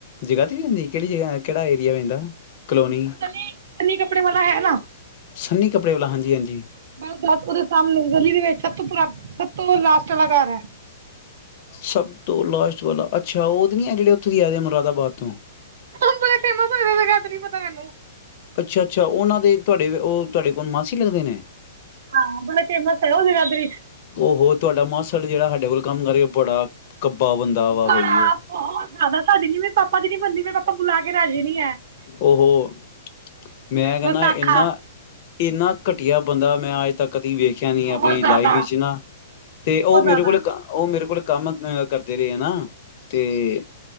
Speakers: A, on the left; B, on the right.
A: ਜਗਾਧਰੀ ਰਹਿੰਦੀ ਐ, ਕਿਹੜੀ ਜਗ੍ਹਾ ਆ ਕਿਹੜਾ ਏਰੀਆ ਪੈਂਦਾ, ਕਲੋਨੀ।
B: ਸਨੀ ਸਨੀ ਕਪੜੇ ਵਾਲਾ ਹੈ ਨਾ।
A: ਸੰਨੀ ਕੱਪੜੇ ਵਾਲਾ ਹਾਂਜੀ, ਹਾਂਜੀ।
B: ਬਸ ਬਸ ਉਹਦੇ ਸਾਹਮਣੇ ਗਲੀ ਦੇ ਵਿੱਚ, ਸਭ ਤੋਂ ਪੂਰਾਨ, ਸਭ ਤੋਂ ਲਾਸਟ ਟ ਆਲਾ ਘਰ ਐ।
A: ਸਭ ਤੋਂ ਲਾਸਟ ਵਾਲਾ, ਅੱਛਾ। ਉਹ ਤੇ ਨੀ ਐ, ਜਿਹੜੇ ਉੱਥੋਂ ਦੀ ਆਏਦੇ ਨੇ ਮੁਰਾਦਾਬਾਦ ਤੋਂ।
B: ਓ ਬੜੇ ਫੇਮਸ ਹੋਏ ਦੇ ਜਗਾਦਰੀ ਪਤਾ ਮੈਨੂੰ।
A: ਅੱਛਾ, ਅੱਛਾ। ਉਹਨਾਂ ਦੇ ਤੁਆਡੇ ਉਹ ਤੁਆਡੇ ਕੋਣ ਮਾਸੀ ਲੱਗਦੇ ਨੇ?
B: ਹਾਂ ਬੜੇ ਫੇਮਸ ਐ ਓ ਜਗਾਧਰੀ।
A: ਉਹ ਹੋ ਤੁਹਾਡਾ ਮਾਸੜ ਜਿਹੜਾ ਹਾਡੇ ਕੋਲ ਕੰਮ ਕਰੇ ਬੜਾ ਕੱਬਾ ਬੰਦਾ ਵਾ
B: ਬੜਾ,
A: ਬਈ ਉਹ
B: ਬਹੁਤ ਜ਼ਿਆਦਾ। ਸਾਡੀ ਜਿਂਵੇ, ਪਾਪਾ ਦੀ ਨੀ ਬਣਦੀ, ਮੇਰੇ ਪਾਪਾ ਬੁਲਾ ਕੇ ਰਾਜੀ ਨੀ।
A: ਓ ਹੋ, ਮੈਂ ਕੈਨਾਂ
B: ਵਿਸਾਖਾ
A: ਇੰਨਾ ਇੰਨਾ ਘਟੀਆ ਬੰਦਾ ਮੈਂ ਅਜ ਤੱਕ ਨੀ ਵੇਖਿਆ ਨੀ
B: ਬਹੁਤ
A: ਆਪਣੀ
B: ਜ਼ਿਆਦਾ
A: ਲਾਈਫ ਵਿੱਚ ਨਾ। ਤੇ ਉਹ
B: ਬਹੁਤ ਜ਼ਿਆਦਾ
A: ਮੇਰੇ ਕੋਲ ਕ ਅ ਉਹ ਮੇਰੇ ਕੋਲ ਕੰਮ ਅ ਕਰਦੇ ਰਹੇ ਆ ਨਾ। ਤੇ